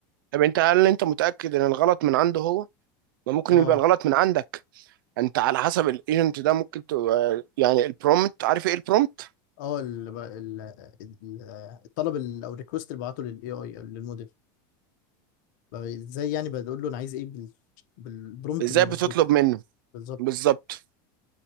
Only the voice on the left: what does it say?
اه
اه ال- ال- ال- الطلب ال- او الريكوست اللي بعته للاي اي للموديل بقى ازاي يعني بقول له انا عايز ايه بال- بالبرومبت
المظبوط
بالظبط